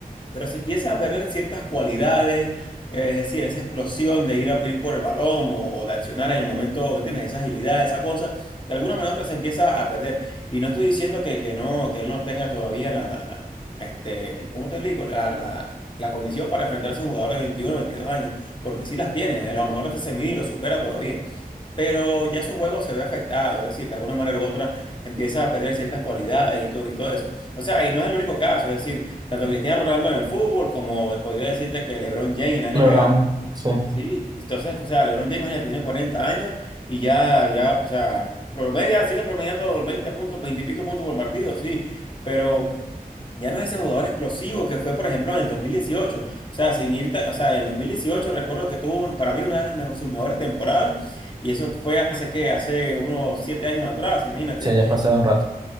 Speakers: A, on the left (about 30°); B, on the right (about 25°).
A: pero si empiezas a perder ciertas cualidades, eh, es decir, esa explosión de ir a ir por el balón o, o de accionar en el momento, ¿entiendes? Esa agilidad, esa cosa, de alguna manera u otra se empieza a perder. Y no estoy diciendo que, que no, que él no tenga todavía la, la- la- este, ¿cómo te digo? La, la, la condición para enfrentarse a un jugador de 21 22 años, porque sí las tiene, a lo mejor hasta se mide y lo supera todavía pero ya su juego se ve afectado, es decir, de alguna manera u otra empieza a perder ciertas cualidades y todo, y todo eso. O sea, y no es el único caso, es decir, tanto Cristiano Ronaldo en el fútbol como podría decirte que LeBron James en la NBA,
B: LeBron, sí,
A: sí, entonces, o sea, LeBron James ya tiene 40 años y ya, ya, o sea, promedia, sigue promediando 20 puntos, 20 y pico puntos por partido, sí, pero... Ya no es ese jugador explosivo que fue, por ejemplo, en el dos mil dieciocho O sea, sin irte, o sea, en el 2018 recuerdo que tuvo un- para mí una de las mejo- sus mejores temporadas y eso fue hace que hace unos siete años atrás, imagínate.
B: sí, ya pasé un rato.